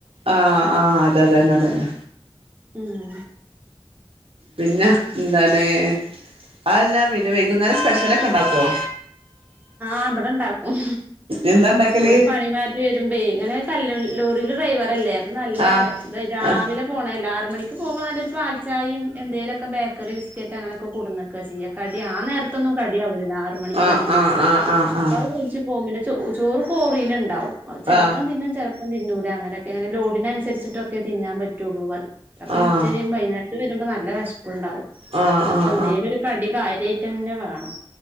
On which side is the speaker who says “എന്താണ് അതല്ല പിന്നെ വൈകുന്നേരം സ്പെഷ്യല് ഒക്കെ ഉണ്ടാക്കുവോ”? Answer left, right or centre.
Right